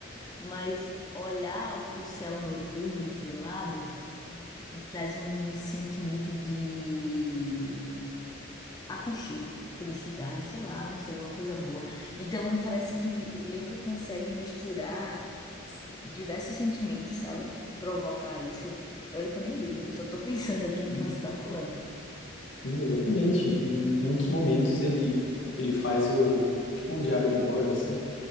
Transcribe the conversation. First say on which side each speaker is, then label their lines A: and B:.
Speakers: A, on the left (about 20°); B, on the left (about 75°).
A: mas olhar para o céu noturno estrelado me traz um sentimento de aconchego, felicidade, sei lá, não sei, uma coisa boa. Então parece que livro consegue misturar s- diversos sentimentos, sabe? Provocar isso. Olha que eu nem li, eu só tô pensando aqui no
B: E-
A: que você tá falando.
B: Sim, exatamente. E em muitos momentos ele ele faz o tipo um diário de bordo assim,